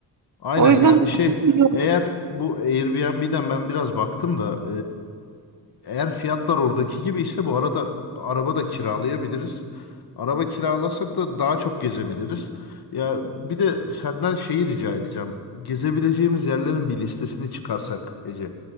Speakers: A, on the left; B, on the right.
A: Aynen
B: O yüzden
A: yani şey
B: iyi olur.
A: eğer bu Airbnb'den ben biraz baktım da e, eğer fiyatlar oradaki gibi ise bu arada araba da kiralayabiliriz. Araba kiralasak da daha çok gezebiliriz. Ya bir de senden şeyi rica edeceğim. Gezebileceğimiz yerlerin bir listesini çıkarsak Ece.